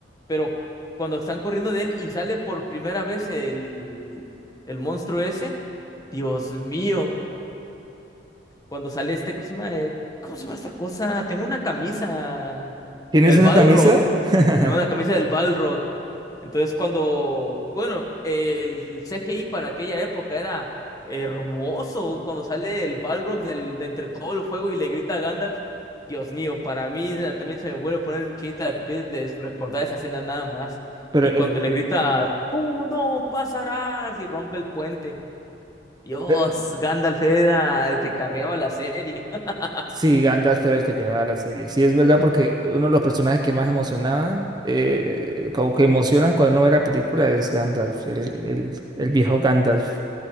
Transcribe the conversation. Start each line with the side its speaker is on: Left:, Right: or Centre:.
Left: Pero cuando están corriendo de él y sale por primera vez el, el monstruo ese, Dios mío. Cuando sale este, ¿cómo se llama? Eh, ¿Cómo se llama esta cosa? Tengo una camisa.
Right: ¿Tienes
Left: El
Right: una
Left: Balrog.
Right: camisa? <laughs>
Left: Tengo una camisa del Balrog. Entonces, cuando, bueno, el CGI para aquella época era hermoso. Cuando sale el Balrog del, de entre todo el fuego y le grita a Gandalf, Dios mío, para mí eh, también se me vuelve a poner chinita de piel de recordar esa escena nada más.
Right: Pero
Left: Y
Right: el-
Left: cuando le grita, tú no pasarás, y rompe el puente. Dios,
Right: eh,
Left: Gandalf era el que carreaba la serie. <laughs>
Right: sí, Gandalf era el que llevaba la serie. Sí, es verdad porque uno de los personajes que más emocionaban, eh, como que emocionan cuando uno ve la película es Gandalf, el, el, el viejo Gandalf.